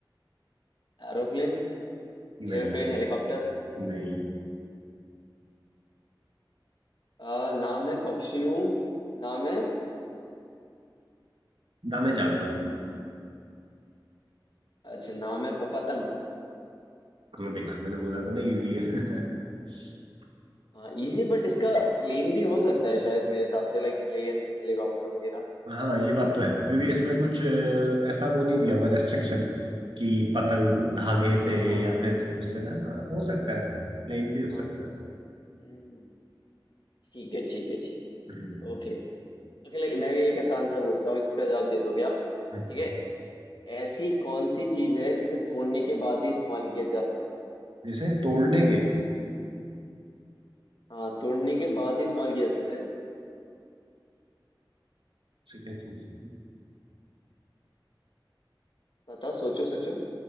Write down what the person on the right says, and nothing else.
नहीं
नहीं
ना मैं जानवर हूँ
हाँ, देखा मैंने बोला था ना इजी है <laughs>
हाँ ये बात तो है क्योंकि इसमें कुछ अ, ऐसा वो नहीं दिया हुआ रेस्ट्रिक्शन कि पतंग धागे से
या फिर उससे ना हाँ, हो सकता है प्लेन भी हो सकता
है
हम्म,
हम्म।
जैसे तोड़ने के
ठीक है चीज